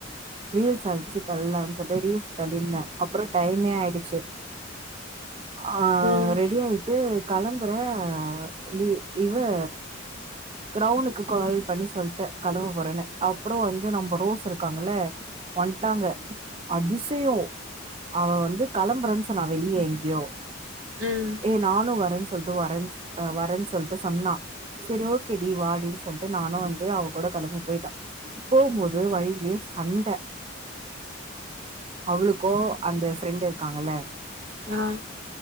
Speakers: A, on the right; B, on the right.
A: ரீல்ஸ் அடுச்சு தள்ளலாம்னு சொல்லிட்டு ரீல்ஸ் தள்ளியிருந்தே அப்புறோ டைமே ஆயிடுச்சு ஆ
B: ம்
A: ரெடி ஆயிட்டு கெளம்புறே இ ஈவ் <unintelligible> கிரௌண்க்கு கால் பண்ணி சொல்லிட்டே கெளம்ப போறேன்னு அப்புறோ வந்து நம்ம ரோஸ் இருக்காங்கல்ல வன்ட்டாங்க அதிசயோ அவ வந்து கெளம்பறன்னு சொன்ன வெளிய எங்கியோ
B: ம்
A: ஏய் நானு வரேன்னு சொல்ட்டு வரேன்ஸ் அ வரேன் சொல் என்கிட்ட சொன்னா செரி ஓகே வா வாடின்னு சொல்லிட்டு நானு வந்து அவ கூட கெளம்பி போயிட்ட போம்போது வழியிலே சண்ட அவளுக்கோ அந்த ஃப்ரெண்ட் இருக்காங்கல்ல
B: ஆ